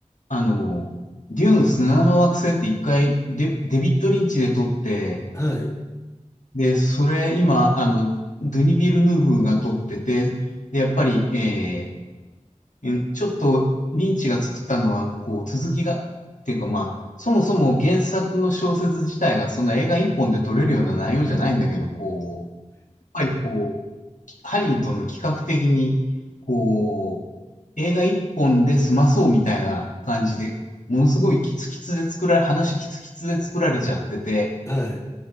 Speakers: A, on the left (about 85°); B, on the left (about 25°).
A: あの、デューン砂の惑星って一回デ、デビッド・リンチで撮って、
B: <laughs> はい。
A: で、それ今、あの、ドゥニ・ビルヌーブが撮ってて、で、やっぱり、えーうんちょっとリンチが作ったのは、こう、続きが、っていうかまあ、そもそも原作の小説自体がそんな映画一本で撮れるような内容じゃないんだけど、こう、ぱりこう、ハリウッドの企画的に、こう、映画一本で済まそうみたいな感じで、ものすごいキツキツで作られ、話キツキツで作られちゃってて、
B: はい。